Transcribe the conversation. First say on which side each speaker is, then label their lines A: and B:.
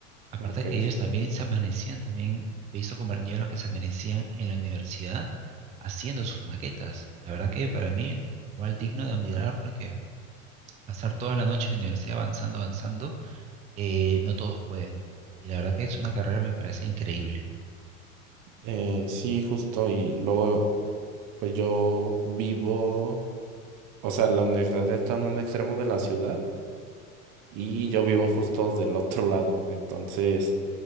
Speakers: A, on the right (about 20°); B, on the right (about 50°).
A: Aparte
B: Ok.
A: que ellos también se amanecían, también he visto compañeros que se amanecían en la universidad haciendo sus maquetas. La verdad que para mí, igual digno de admirar porque pasar toda la noche en la universidad avanzando, avanzando, eh, no todos pueden. Y la verdad que es una carrera me parece increíble.
B: Eh, sí, justo. Y luego, pues yo vivo, o sea, la universidad está en un extremo de la ciudad y yo vivo justo del otro lado. Entonces,